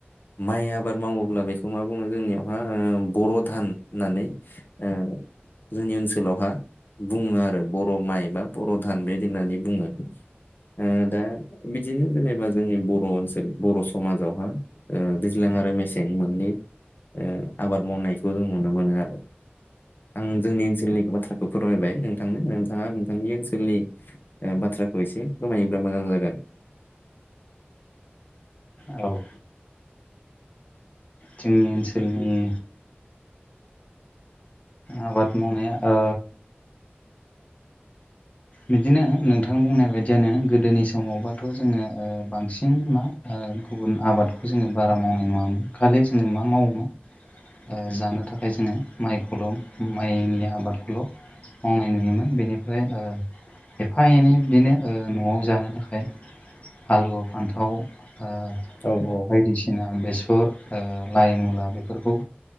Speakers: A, on the left; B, on the left.
A: माइ आबाद मावोब्ला बेखौ मा बुङो जोंनियावहा ओ बर' धान होननानै ओ जोंनि ओनसोलावहा बुङो आरो बर' माइ बा बर' धान बेदि होननानै बुङो। ओ दा बिदिनो जेनेबा जोंनि बर' ओनसोल बर' समाजावहा ओ दैज्लां आरो मेसें मोननै ओ आबाद मावनायखौ जों नुनो मोनो आरो आं जोंनि ओनसोलनिखो बाथ्राखो फोरमायबाय नोंथांनो नोंथाङा नोंथांनि ओनसोलनि ओ बाथ्राखौ एसे फोरमायोब्ला मोजां जागोन।
B: औ जोंनि ओनसोलनि आबाद मावनाया ओ बिदिनो नोंथां बुंनाय बायदियानो गोदोनि समावबाथ' जोङो ओ बांसिन मा ओ गुबुन आबादखौ जोङो बारा मावनाय नङामोन खालि जोङो मा मावोमोन ओ जानो थाखाय जोङो माइखौल' माइनि आबादखौल' मावनाय नुयोमोन बेनिफ्राय ओ एफा एनै बिदिनो ओ न'आव जानो थाखाय आलु फान्थाव ओ
A: औ औ
B: बायदिसिना बेसर ओ लाइ मुला बेफोरखौ